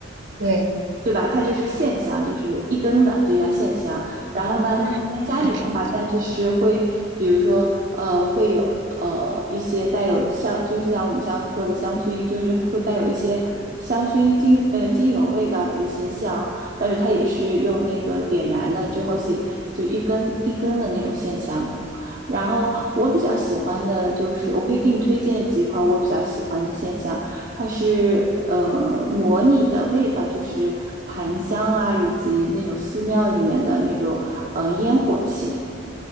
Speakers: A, on the right; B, on the right.
A: 对
B: 对吧？它就是线香，就是一根的，就叫线香。然后呢，
A: 嗯，
B: 在家里的话，
A: ，OK。
B: 它就是会，比如说，呃，会有呃一些带有香，就是像我们刚刚说的香薰，就是会带有一些香薰精呃精油味道的一些香，但是它也是用那个点燃的之后是就一根一根的那种线香。然后我比较喜欢的就是，我可以给你推荐几款我比较喜欢的线香。它是呃模拟的味道，就是檀香啊，以及那种寺庙里面的那种呃烟火气。